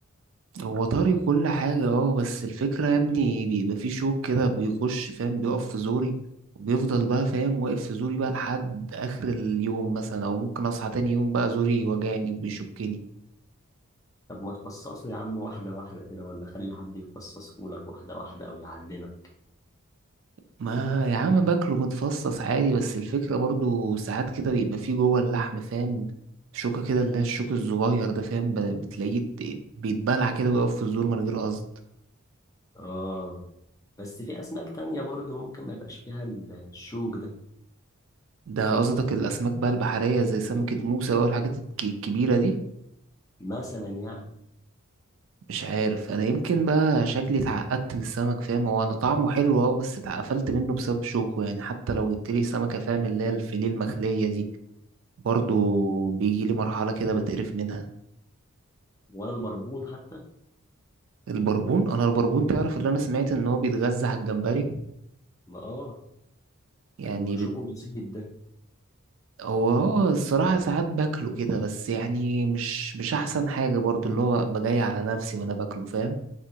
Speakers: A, on the right (about 60°); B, on the left (about 15°).
A: هو طري وكل حاجة اه بس الفكرة يا ابني بيبقى فيه شوك كده بيخش فاهم بيقف في زوري وبيفضل بقى فاهم واقف في زوري بقى لحد اخر اليوم مثلا او ممكن اصحى تاني يوم بقى زوري وجعني وبيشكني
B: طب ما تفصصه يا عم واحدة واحدة كده ولا خلي حد يفصصه لك واحدة واحدة أو يعلمك
A: ما يا عم باكله متفصص عادي بس الفكرة برضو ساعات كده بيبقى فيه جوه اللحم فاهم شوكة كده اللي هي الشوك الصغير ده فاهم ب- بتلاقيه ت- بيتبلع كده ويقف في الزور من غير قصد
B: آه بس في أسماك تانية برضه ممكن ما يبقاش فيها الشوك ده
A: ده قصدك الأسماك بقى البحرية زي سمكة موسى بقى والحاجات الك- الكبيرة دي
B: مثلا يعني
A: مش عارف أنا يمكن بقى شكلي اتعقدت من السمك فاهم هو أنا طعمه حلو أه بس اتقفلت منه بسبب شوكه يعني حتى لو جبتلي سمكة فاهم اللي هي الفيليه المخلية دي برضو بيجيلي مرحلة كده بتقرف منها
B: ولا البربون حتى
A: البربون انا البربون تعرف اللي انا سمعت ان هو بيتغذى على الجمبري
B: ما آه
A: يعني
B: وشوكه
A: بت...
B: بسيط ده
A: هو اه الصراحة ساعات باكله كده بس يعني مش مش احسن حاجة برضو اللي هو ابقى جاي على نفسي وانا باكله فاهم